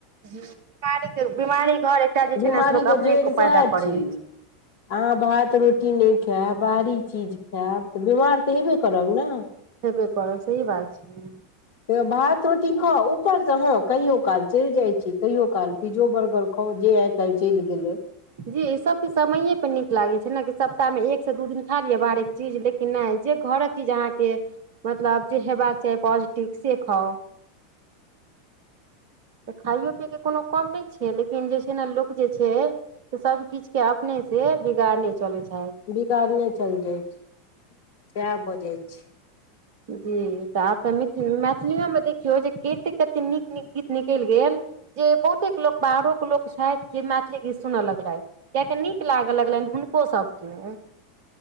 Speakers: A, on the right; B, on the left.
A: ह बीमारी बिमारी घर एकटा जे
B: बिमारीे
A: छै ने से लोक
B: के
A: अपने
B: जड़ि
A: पैदा
B: सएह
A: करै
B: छी
A: अछि
B: अहाँ भात रोटी नहि खाय बाहरी चीज खैब तऽ बिमार तऽ हेबे करब ने
A: हेबे करब सही बात छै
B: त भात रोटी खाउ ऊपर से हँ कहियो काल चलि जाइ छी कहियो काल पिज्जो बर्गर खाउ जे आइ काल्हि चलि गेलै
A: जी ई सबके समये पर नीक लागै छै ने कि सप्ताहमे एकसँ दू दिन खा लियअ बारिक चीज लेकिन नहि जे घरक चीज अहाँके मतलब जे हेबाक चाही पॉजिटिव से खाउ तऽ खाइयो पियके कोनो कम नहि छै लेकिन जे छै ने लोक जे छै त सब किछ के अपने से बिगाड़ने चले चाहे
B: बिगारने चलि जाइ छै सैएह बजैत छै
A: जी तऽ आब तऽ मि मैथिलियोमे देखियौ जे कतेक कतेक नीक नीक गीत निकलि गेल जे बहुते लोक बाहरो के लोक छथि जे मैथिली गीत सुनऽ लगलथि कियाकि नीक लागऽ लगलनि हुनको सबके